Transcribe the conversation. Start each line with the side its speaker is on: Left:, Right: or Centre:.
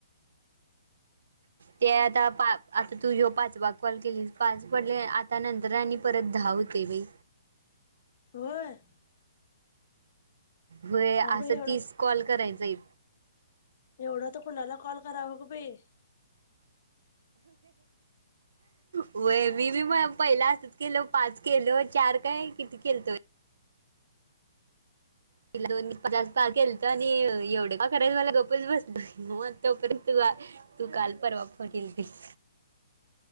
Right: ते आता पा आता तू येऊ पाच वाग कॉल केली पाच पडले आता नंतर आणि परत हावत तेवे
Left: वर
Right: होय असं
Left: बाई एवढं
Right: तीस कॉल करायचाय
Left: एवढं तर कुणाला कॉल कराव ग बाई
Right: व विीवी म पहिला असतच केलं पाच केलं चार काय किती केल तोय त दोन पच पा गलत आणि एवढे कराय मला गप्पच बसतो मग तोपर्यंत तू काल परवा फटील तस